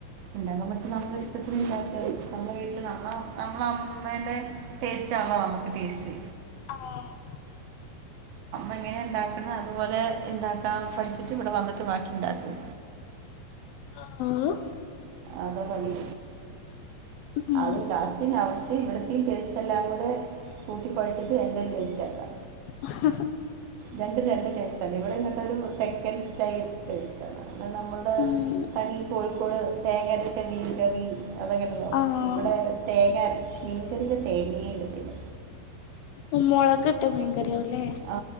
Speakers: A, on the right; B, on the left.
A: ഇണ്ടാക്കാൻ പഠിച്ച നമ്മള ഇഷ്ടത്തിന് ഇണ്ടാക്കാം നമ്മള വീട്ടില് നമ്മള നമ്മള അമ്മേന്റെ ടേസ്റ്റ് ആണല്ലോ നമ്മക്ക് ടേസ്റ്റ്
B: ആഹ്
A: എങ്ങനെ ഉണ്ടാക്കണം അതുപോലെ ഇണ്ടാക്കാ പഠിച്ചിട്ട് ഇവിടെ വന്നിട്ട് ബാക്കി ഉണ്ടാക്കും
B: ആഹ്
A: അത വലി
B: ഉം
A: അത ലാസ്റ്റന്നാ അവിടുത്തെ ഇവിടത്തെയും ടേസ്റ്റ് എല്ലാം കൂടെ കൂട്ടി കൊഴച്ചിട്ട് എന്ത ഒരു ടേസ്റ്റ് ആക്ക
B: ആഹ്
A: രണ്ടും രണ്ട് ടേസ്റ്റ് ആണ് ഇവിടെ നിങ്ങട്ട ഒരു തെക്കൻ സ്റ്റൈൽ ടേസ്റ്റ് ആണ് അത് നമ്മുടെ
B: ഉം
A: തനി കോഴിക്കോട് തേങ്ങരച്ച ബീഫറി അതൊക്കെഉണ്ടല്ലോ
B: ആഹ്
A: ഇവിടെ തേങ്ങരച്ച മീൻകറീല് തേങ്ങേ ഇടത്തില്ല
B: മ മളകിട്ട മീൻകറി യാകൂല്ലെ
A: ആ